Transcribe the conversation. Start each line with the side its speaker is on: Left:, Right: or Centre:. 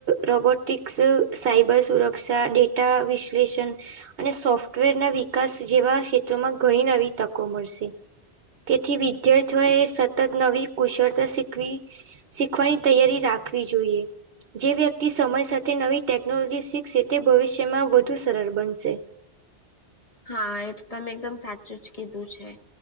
Right: રોબોટિક્સ સાયબર સુરક્ષા ડેટા વિશ્લેષણ અને સોફ્ટવેરના વિકાસ જેવા ક્ષેત્રોમાં ઘણી નવી તકો મળશે. તેથી વિદ્યાર્થીઓએ સતત નવી કુશળતા શીખવી શીખવાની તૈયારી રાખવી જોઈએ. જે વ્યક્તિ સમય સાથે નવી ટેકનોલોજી શીખશે તે ભવિષ્યમાં વધુ સરળ બનશે.
Left: હા એ તો તમે એકદમ સાચું જ કીધું છે.